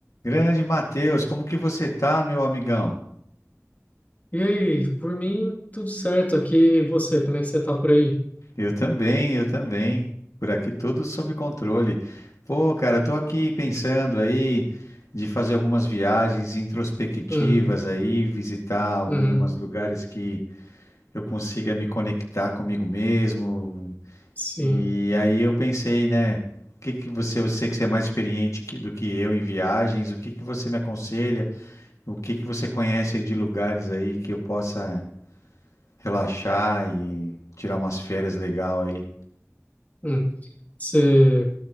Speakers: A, on the left (about 80°); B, on the left (about 30°).
A: Grande Matheus, como que você tá, meu amigão?
B: E aí, por mim, tudo certo aqui. E você, como é que você tá por aí?
A: Eu também, eu também. Por aqui tudo sob controle. Pô, cara, tô aqui pensando aí de fazer algumas viagens introspectivas
B: Uhum,
A: aí, visitar alguns
B: uhum,
A: lugares que eu consiga me conectar comigo mesmo.
B: sim.
A: E aí eu pensei, né, o que que você, eu sei que você é mais experiente que- do que eu em viagens, o que que você me aconselha? O que que você conhece de lugares aí que eu possa relaxar e tirar umas férias legal aí
B: Hum. Você